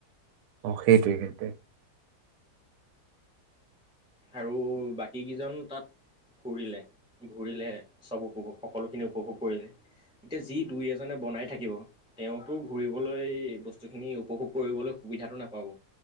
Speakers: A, on the right (about 75°); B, in the centre.
A: অ, সেইটোৱে সেইটোৱে।
B: আৰু? বাকীকেইজন তাত ফুৰিলে। ঘূৰিলে চব উপভোগ সকলোখিনি উপভোগ কৰিলে এতিয়া যি দুই এজনে বনাই থাকিব তেওঁতো ঘূৰিবলৈ বস্তুখিনি উপভোগ কৰিবলৈ সুবিধাটো নাপাব।